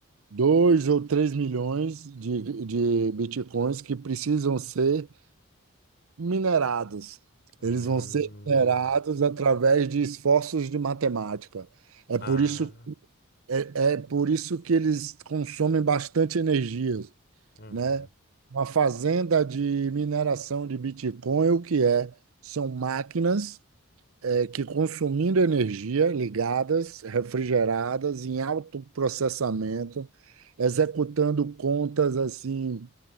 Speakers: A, on the right; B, on the left.
A: dois ou três milhões de, de bitcoins que precisam ser minerados.
B: hum,
A: Eles vão ser minerados através de esforços de matemática. É
B: ah,
A: por isso, é, é por isso que eles consomem bastante energia,
B: uhum.
A: né? Uma fazenda de mineração de Bitcoin, o que é? São máquinas é que consumindo energia ligadas, refrigeradas, em alto processamento, executando contas assim